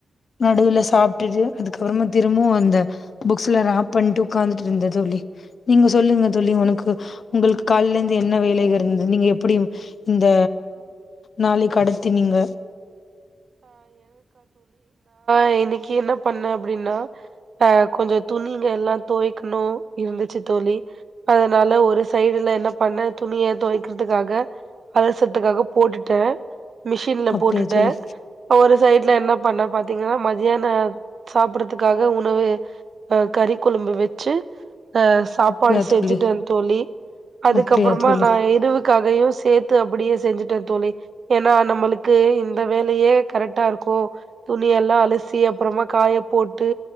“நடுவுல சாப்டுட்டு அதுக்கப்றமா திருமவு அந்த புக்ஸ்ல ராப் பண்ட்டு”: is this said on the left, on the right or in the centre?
Left